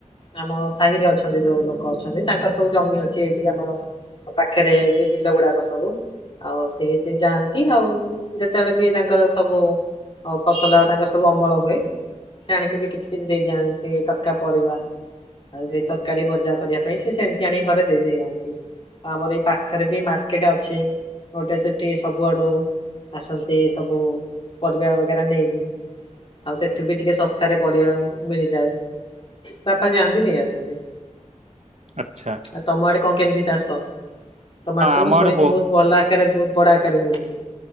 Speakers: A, on the left; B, on the right.
A: ଆମ ସାହିରେ ଅଛନ୍ତି ଯୋଉ ଲୋକ ଅଛନ୍ତି ତାଙ୍କର ସବୁ ଜମି ଅଛି ଏଇଠି ଆମର ପାଖରେ ବି ବିଲ ଗୁଡାକ ସବୁ ଆଉ ସି ସି ଯାଆନ୍ତି ଆଉ ଯେତେବେଳେ ବି ତାଙ୍କର ସବୁ ଫସଲ ତାଙ୍କର ସବୁ ଅମଳ ହୁଏ ସେ ଆଣିକି ବି କିଛି କିଛି ଦେଇଯାଆନ୍ତି ତଟକା ପରିବା। ଆଉ ସେଇ ତରକାରୀ ଭଜା କରିବା ପାଇଁ ସେ ସେମିତି ଆଣିକି ଘରେ ଦେଇଦେଇ ଯାଆନ୍ତି। ଆମର ଏଇ ପାଖରେ ବି ମାର୍କେଟ ଅଛି ଗୋଟେ ସେଠି ସବୁଆଡୁ ଆସନ୍ତି ସବୁ ପରିବା ବଗେରା ନେଇକି। ଆଉ ସେଠୁ ବି ଟିକେ ଶସ୍ତାରେ ପରିବା ମିଳିଯାଏ। ବାପା ଯାଆନ୍ତି ନେଇ ଆସନ୍ତି।
B: ଆଛା।
A: ଆଉ ତମ ଆଡେ କଣ କେମିତି ଚାଷ ତମର ତ
B: ଆମ
A: ମୁଁ ଶୁଣିଛି
B: ଆଡେ
A: ବହୁତ ଭଲ ଆକାରରେ ବହୁତ ବଡ ଆକାରରେ ହୁଏ ବୋଲି।